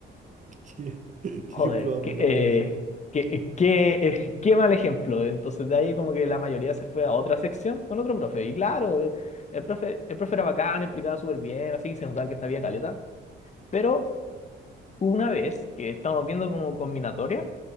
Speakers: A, on the right (about 40°); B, on the left (about 35°).
A: <laughs> Qué, qué
B: Joder,
A: ejemplo más
B: qué,
A: malo,
B: eh,
A: así.
B: qué, qué, eh, qué mal ejemplo. Entonces de ahí como que la mayoría se fue a otra sección con otro profe. Y claro, eh, el profe, el profe era bacán, explicaba súper bien, así que se notaba que sabía caleta. Pero una vez que estamos viendo como combinatoria